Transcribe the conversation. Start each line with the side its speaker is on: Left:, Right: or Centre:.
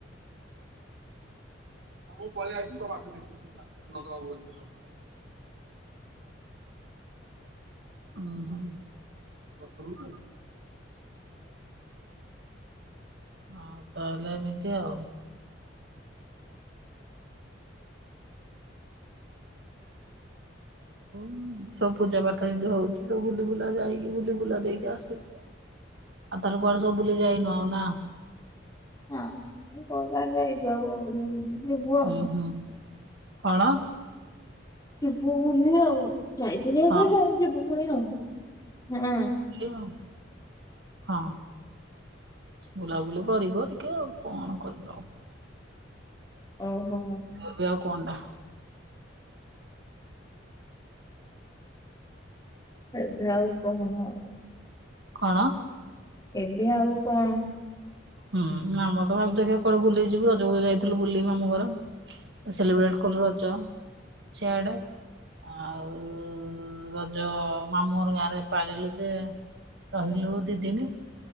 Right: ହଁ ମୁଁ ପଳିଆଇଛି ତୋ ବାଟ ଦେଖି କି ତୁ ଯାଆ। ଏଇଟା ନନ୍ଦ ବାବୁ କଥା <unintelligible> ଓହୋ ଗଛରୁ ମୁଁ ଦେଲି। ଆଉ ତାହେଲେ ଏମିତି ଆଉ। ହୁଁ ସବୁ ପୂଜା ପାଠ ଏମିତି ହଉଛି ତ ବୁଲି ବୁଲା ଯାଇକି ବୁଲି ବୁଲା ଦେଇକି ଆସୁଚି। ଆଉ ତମେ କୁଆଡ଼େ ସବୁ ବୁଲି ଯାଇନ ନାଁ।
Left: ହଁ ମୁଁ କୋଉ ଗାଁ ଯାଇଚୁ ଆଉ ଯିବୁ ଆଉ।
Right: ଓ ହଁ କଣ?
Left: ଯିବୁ ବୁଲି ଆଉ ଯାଇଥିଲୁ ଏବେ
Right: ହଁ
Left: ଯେ ଯିବୁ ପୁଣି ଆଉ ହଁ।
Right: ବୁଲିବ ହଁ। ବୁଲାବୁଲି କରିବ ଟିକେ ଆଉ କଣ କରିବ ଆଉ।
Left: ଓହୋ
Right: ହୁଏ ଆଉ କଣଟା?
Left: ଏବେ ଆଉ କଣ ଆଉ।?
Right: କଣ
Left: ଏବେ ଆଉ କଣ?
Right: ହୁଁ ଆମର ତ ଭାବିଥିଲୁ କୁଆଡ଼େ ବୁଲିଯିବୁ ରଜକୁ ଯାଇଥିଲୁ ବୁଲି ମାମୁଁ ଘର। ସେଲିବ୍ରେଟ କଲୁ ରଜ ସିଆଡେ। ଆଉ ରଜ ମାମୁଁଘର ଗାଁରେ ପାଳିଲୁ ଯେ ରହିଲୁ ଦି ଦିନି